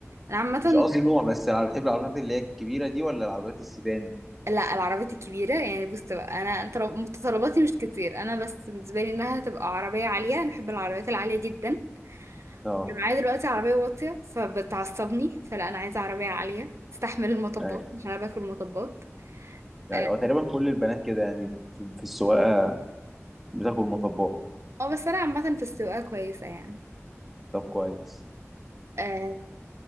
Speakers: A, on the right (about 65°); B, in the centre.
A: أنا عامة
B: مش قصدي نوع بس انا بحب العربيات اللي هي الكبيره دي ولا العربيات السيدان
A: لا العربيات الكبيرة يعني بص بقى أنا طلب- متطلباتي مش كتير أنا بس بالنسبة لي إنها تبقى عربية عالية أنا بحب العربيات العالية جدا
B: اه
A: وانا معايا دلوقتي عربية واطية فبتعصبني فلا انا عايزة عربية عالية تستحمل المطبات
B: ايوه
A: عشان انا باكل مطبات
B: يعني
A: اه
B: هو تقريبا كل البنات كده يعني في في السواقه بتاكل مطبات
A: آه، بس انا عامة في السواقة كويسة يعني
B: طب كويس
A: آه،